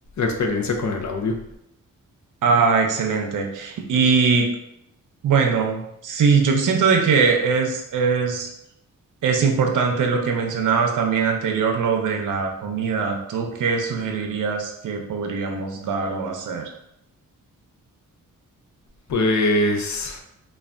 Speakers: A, on the left; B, on the right.
A: experiencia con el audio.
B: Ah, excelente. Y bueno, sí, yo siento de que es, es, es importante lo que mencionabas también anterior, lo de la comida. ¿Tú qué sugerirías que podríamos dar o hacer?
A: Pues